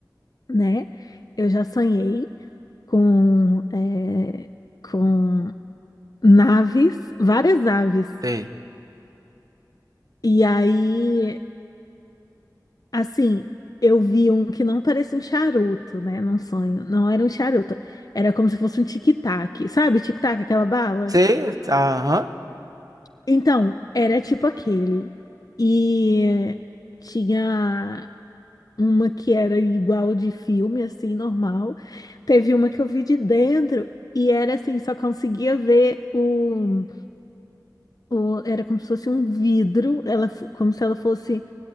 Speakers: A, on the left; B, on the right.
A: né? Eu já sonhei com, é, com naves, várias aves.
B: Sei.
A: E aí, assim, eu vi um que não parecia um charuto, né? Num sonho. Não era um charuto. Era como se fosse um tic-tac. Sabe, tic-tac, aquela bala?
B: Sei, tá, aham.
A: Então, era tipo aquele. E tinha uma que era igual de filme, assim, normal. Teve uma que eu vi de dentro e era assim, só conseguia ver o, o- era como se fosse um vidro, ela fo- como se ela fosse